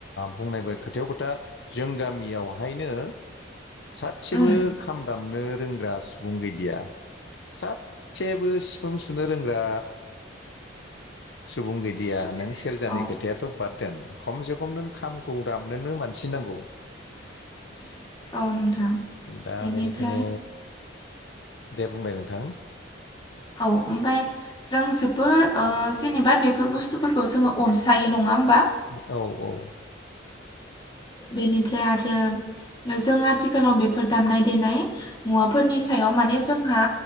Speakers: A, on the left; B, on the left.
A: बुंनायबाय खोथायाव खोथा जों गामियावहायनो साथसेबो
B: उम
A: खाम दामनो रोंग्रा सुबुं गैलिया। सास्सेबो सिफुं सुनो रोंग्रा
B: <inaudible>
A: सुबुं गैलिया
B: स
A: नों सेरजानि
B: औ
A: खोथायाथ' बाद दोन। खमसे खम नों खामखौ दामनोनो मानसि नांगौ।
B: <inaudible> नोंथां
A: दा
B: बेनिफ्राय
A: बेनिखायनो दे बुंनाय नोंथां?
B: औ ओमफाय जों जोबोर ओ जेनेबा बेफोर बुस्थुफोरखौ जोङो अनस सायो नङा होम
A: उम औ औ।
B: बेनिफ्राय आरो जों आथिखालाव बेफोर दामनाय देनाय मुवाफोरनि सायाव माने जोंहा